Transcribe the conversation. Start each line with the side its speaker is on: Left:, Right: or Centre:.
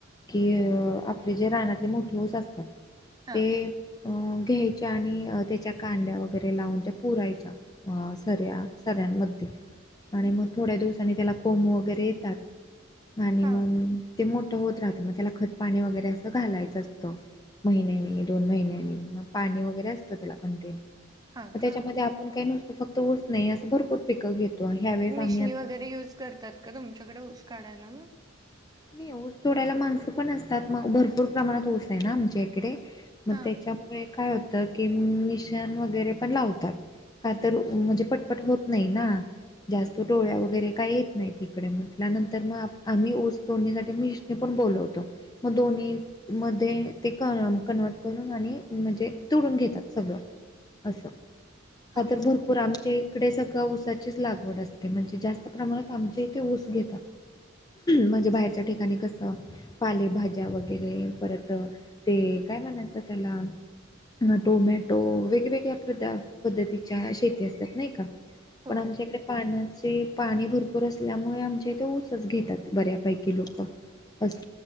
Left: कि आपले जे रानातले मोठे ऊस असतात
Right: हा
Left: ते अ घ्यायच्या आणि त्याच्या कांद्या वगैरे लावून त्या पुरायच्या. सऱ्या सऱ्यांमध्ये आणि मग थोड्या दिवसांनी त्याला कोम वगैरे येतात. आणि
Right: हा.
Left: मग ते मोठ होत राहतं मग त्याला खतपाणी वगैरे असं घालायचं असतं महिन्याने दोन महिन्याने मग पाणी वगैरे असतं त्याला कंटें
Right: हा
Left: मग त्याच्यामध्ये
Right: का
Left: आपण काही नुसतो फक्त ऊच नाही असं भरपूर पिकं घेतो ह्यावेेळेस
Right: मिशनी
Left: आम्ही आता
Right: वगैरे युज करतात का तुमच्याकडेऊस काढायला मग
Left: मी ऊस तोडायला माणसं पण असतात मग भरपूर प्रमाणात ऊस आहे ना आमच्या इकडे मग
Right: हा
Left: त्याच्यामुळे काय होतं की मिशन वगैरे पण लावतात. का तर म्हणजे पटपट होत नाही ना. जास्त टडोळ्या वगैरे काय येत नाही तिकडे म्हटल्यानंतर मग आम्ही स दोन्ही सा मीनी पण बोलवतो मग दोन्ही. मध्ये ते क कन्वर्ट करून आणि म्हणजे तुडून घेतात सगळं असं कातर
Right: हा
Left: भरपूर आमचे तिकडे सगळं ऊसाचीच लागवड असते म्हणजे जास्त प्रमाणात आमच्या इथे ऊस घेतात म्हणजे बाहेरच्या ठिकाणी कसं पालेभाज्या वगैरे परत ते काय म्हणायचं त्याला टोमॅटो वेगवेगळ्या पध पद्धतीच्या शेती असतात नाही का
Right: हो
Left: पण आमच्या इकडे पाण्याचे पाणी भरपूर असल्यामुळे आमच्या तेे ऊसच घेतात बऱ्या ैकी लोक अस